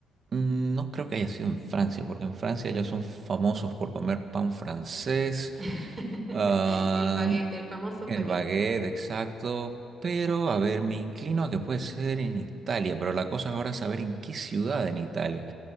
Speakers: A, on the right (about 50°); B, on the right (about 30°).
A: mm, no creo que haya sido en Francia, porque en Francia ya son famosos por comer pan francés.
B: <laughs>
A: Ah,
B: El baguette, el famoso
A: el
B: baguette.
A: baguette, exacto. Pero, a ver, me inclino a que puede ser en Italia, pero la cosa ahora es saber en qué ciudad en Italia.